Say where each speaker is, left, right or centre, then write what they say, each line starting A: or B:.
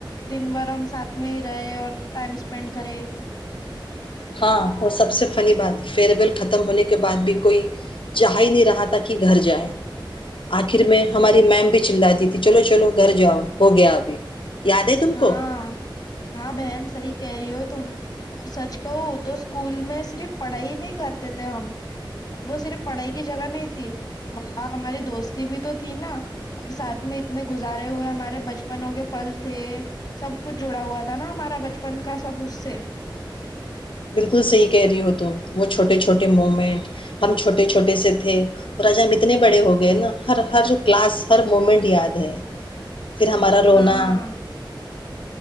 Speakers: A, on the left (about 45°); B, on the left (about 85°).
A: دن بھر ہم ساتھ میں ہی رہے اور ٹائم اسپینڈ کرے
B: ہاں وہ سب سے فنی بات فیئر ویل ختم ہونے کے بعد بھی کوئی چاہ ہی نہیں رہا تھا کہ گھر جائے آخر میں ہماری میم بھی چلاتی تھی چلو چلو گھر جاؤ ہو گیا ابھی یاد ہے تم
A: ہاں
B: کو
A: ہاں بہن سی کہہ رہی ہو تم اور سچ کہو تو اسکول میں صرف پڑھائی نہیں کرتے تھے ہم اور وہ صرف پڑھائی کی جگہ نہیں تھی وہاں ہماری دوستی بھی تو تھی نا اور ساتھ میں اتنے گزارے ہوئے ہمارے بچپنوں کے پل تھے سب کچھ جڑا ہوا تھا نا ہمارا بچپن کا سب اس سے
B: بالکل صحیح کہہ رہی ہو تم وہ چھوٹے چھوٹے مومنٹ ہم چھوٹے چھوٹے سے تھے اور آجا ہم اتنے بڑے ہو گئے نا ہر ہر کلاس ہر مومنٹ یاد ہے پھر ہمارا رونا
A: ہاں